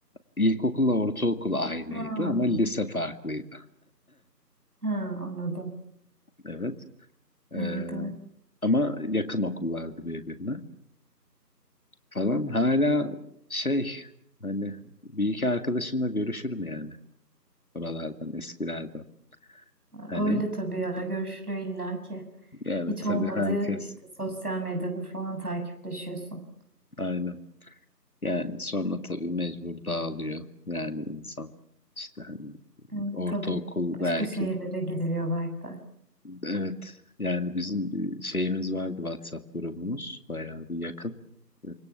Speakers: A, on the left (about 60°); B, on the right (about 60°).
A: İlkokulla ortaokul aynıydı
B: Ha,
A: ama lise farklıydı.
B: ha anladım.
A: Evet. Ee,
B: Evet evet.
A: ama yakın okullardı birbirine falan. Hala şey hani bir iki arkadaşımla görüşürüm yani oralardan eskilerden. Hani
B: Öyle tabii ya görüşülüyor illaki.
A: yani
B: Hiç
A: tabii
B: olmadığı
A: herkes
B: işte sosyal medyada falan takipleşiyorsun.
A: aynen. Yani sonra tabii mecbur dağılıyor. Yani insan işte hani
B: Yani, hı,
A: ortaokul
B: tabii. Başka
A: belki.
B: şehirlere gidiliyor belki de.
A: Evet, yani bizim bir şeyimiz vardı WhatsApp grubumuz. Bayağı bir yakın. Ee,